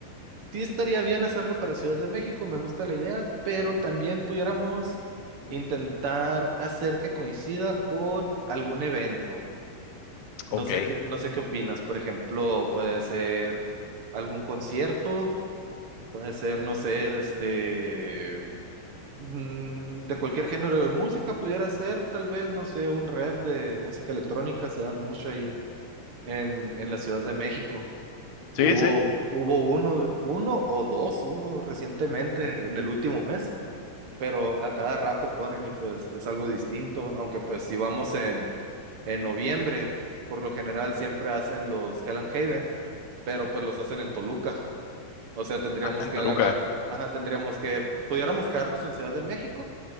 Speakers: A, on the right; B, on the left.
A: Sí estaría bien hacerlo para Ciudad de México, me gusta la idea, pero también pudiéramos intentar hacer que coincida con algún evento. No
B: Ok.
A: sé qué, no sé qué opinas. Por ejemplo, puede ser algún concierto Puede ser, no sé, este, mm, de cualquier género de música pudiera ser, tal vez, no sé, un rap de música electrónica, se dan mucho ahí en, en la Ciudad de México.
B: Sí,
A: Hubo,
B: sí.
A: hubo uno, uno o dos, hubo recientemente en el último mes, pero a cada rato ponen y pues es algo distinto, aunque pues si vamos en, en noviembre, por lo general siempre hacen los Hell and Haven, pero pues los hacen en Toluca. O sea, tendríamos
B: Ah, en
A: que
B: Toluca.
A: agarrar, ajá, tendríamos que, pudiéramos quedarnos en Ciudad de México,